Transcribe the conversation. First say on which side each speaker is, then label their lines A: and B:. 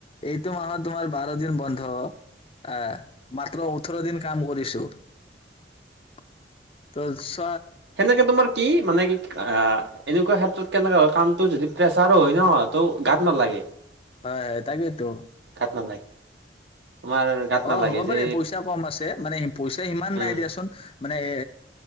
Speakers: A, on the left; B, on the right.
A: এইটো মাহত তোমাৰ বাৰ দিন বন্ধ। আ, মাত্ৰ ওঠৰ দিন কাম কৰিছোঁ। ত', <unintelligible>
B: সেনেকে তোমাৰ কি মানে কি আহ এনেকুৱা ক্ষেত্ৰত কেনেকা হয়? কামটো যদি প্ৰেছাৰো হয় ন, ত', গাত নালাগে।
A: হয় হয়, তাকেইতো
B: <inaudible> গাত নালাগে
A: অ, হ'ব পাৰে।
B: যে
A: পইচা কম আছে। মানে, পইচা সিমান
B: উম
A: নাই দিয়াচোন মানে এ